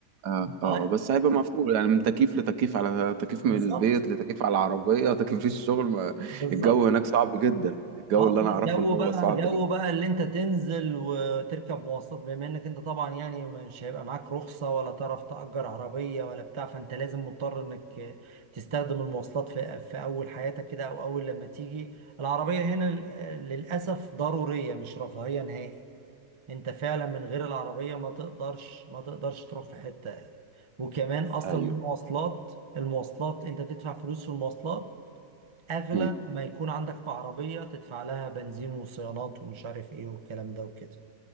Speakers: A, on the right; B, on the right.
A: اه
B: طيب
A: اه بس هيبقى مفهوم يعني من تكييف لتكييف على تكييف
B: بالظبط
A: من البيت لتكييف على العربيه تكييف في الشغل ما
B: بالظبط
A: الجو هناك صعب جدا الجو
B: اه
A: اللي انا اعرفه
B: جو
A: ان هو
B: بقى
A: صعب
B: جو
A: جدا
B: بقى اللي انت تنزل وتركب مواصلات بما انك انت طبعا يعني مش هيبقى معاك رخصة ولا تعرف تأجر عربية ولا بتاع فانت لازم مضطر انك تستخدم المواصلات في في اول حياتك كده او اول لما تيجي العربية هنا لل- للأسف ضرورية مش رفاهية نهائي انت فعلا من غير العربية ما تقدرش ما تقدرش تروح في حتة وكمان اصلا
A: ايوه
B: المواصلات المواصلات انت بتدفع فلوس في المواصلات اغلى
A: امم
B: ما يكون عندك بعربية تدفع لها بنزين وصيانات ومش عارف ايه والكلام ده وكده